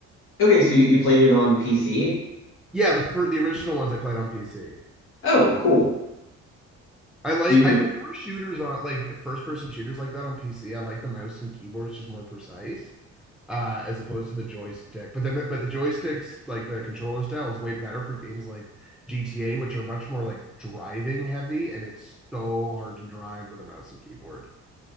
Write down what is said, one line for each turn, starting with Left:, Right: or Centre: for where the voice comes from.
Left: Okay, so you, you played it on PC?
Centre: Yeah, the fir the original ones I played on PC.
Left: Oh, cool.
Centre: I like
Left: Do you
Centre: I prefer shooters on like first person shooters like that on PC. I like the mouse and keyboard's just more precise uh as opposed to the joystick. But then the, but the joysticks like the controller style is way better for games like GTA which are much more like driving heavy and it's so hard to drive with a mouse and keyboard.